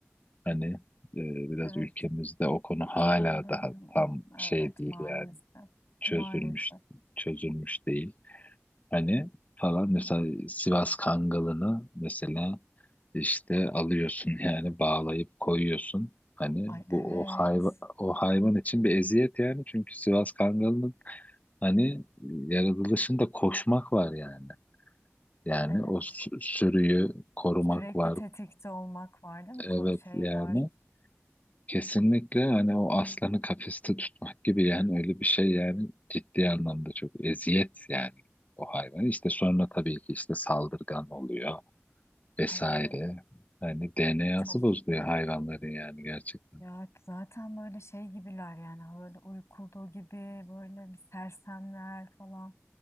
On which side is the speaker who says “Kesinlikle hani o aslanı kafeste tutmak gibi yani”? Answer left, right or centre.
Left